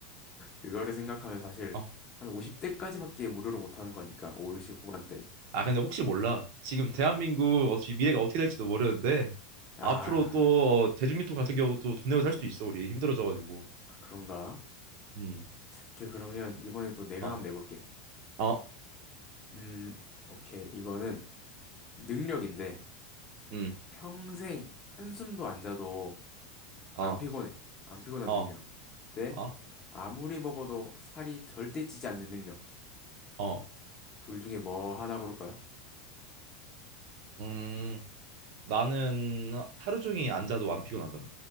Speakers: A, on the left (about 20°); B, on the right (about 55°).
A: 그거를 생각하면 사실
B: 어
A: 한 50대까지밖에 무료로 못 하는 거니까 5, 60 후반대.
B: 아 근데 혹시 몰라 지금 대한민국 어차피 미래가 어떻게 될지도 모르는데
A: 아.
B: 앞으로 또 어, 대중교통 같은 경우도 돈 내고 살 수도 있어 우리 힘들어져가지고
A: 아, 그런가?
B: 음,
A: 오케이, 그러면 이번에 또 내가
B: 어,
A: 한번 내볼게.
B: 어,
A: 음, 오케이. 이거는 능력인데
B: 음,
A: 평생 한숨도 안 자도 안
B: 어,
A: 피곤해. 안 피곤한
B: 어,
A: 능력. 네?
B: 어,
A: 아무리 먹어도 살이 절대 찌지 않는 능력.
B: 어.
A: 둘 중에 뭐 하나 고를까요?
B: 음 나는 하- 하루 종일 앉아도 안 피곤하잖아